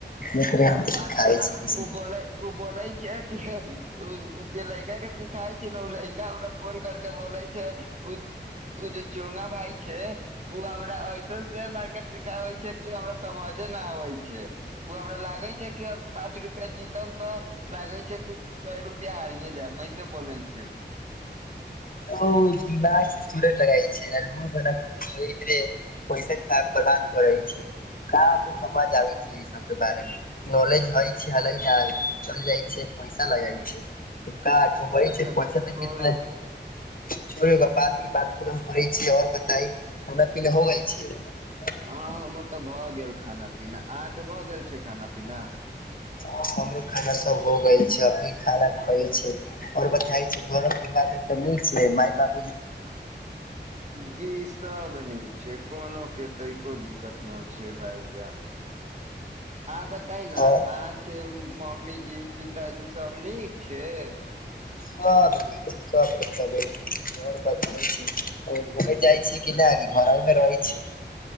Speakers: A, on the left (about 50°); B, on the right (about 40°).
A: इतने हम
B: आ पता
A: सिखाबै
B: न
A: छै किसी
B: उ बोलै, उ बोलै छै। उ जे लड़का के सिखाय छीयै नै ओ लड़का हमरा फोन कर के बोले छै उ उ जे चोंगा भाय छै उ हमरा ऐसन शेयर मार्केट सिखाबै छै कि हमरा समझे न आबै छै उ हमरा लागै छै की अब पाँच रुपया जीतल तऽ लागै छै कि सौ रुपया हारिए जायब ऐसे बोलै छै उ।
A: ओ दिमाग थोड़े लगाय छै, <unintelligible> पैसा खराब बर्बाद करै छै, काम ओ समझ आबै
B: आ
A: छै ई सबके बारे मे नॉलेज हइ। छलै नै चल जाइ छीयै पैसा लगइ छै। तो का <unintelligible>
B: अच्छा
A: छै तऽ पैसा दै
B: छोड़ू
A: छै कि नै। छोेड़े के बात ई बात के एकदम करै छीया। बताई हमे की नै हो गेल छीयै।
B: हँ हमर तऽ भऽ गेल खाना पीना अहाँके भऽ गेल छै खाना पीना।
A: हम हमरो खाना सब हो गैल छै अभी, खाना खाइ छी ओर बताई की घर परिवार मे सब निक छै, माय बाप
B: ए जी सब निक छै, कोनो के तै को दिक्कत नै छै भाईजान, आदत तहना
A: और
B: अहाँके उम्म मम्मीजी पिताजी सब नीक छै।
A: सब नीक छै सबके तबीयत और बताई की कहू घुमै जाइ छीयै कि नै घरमे रहै छीयै।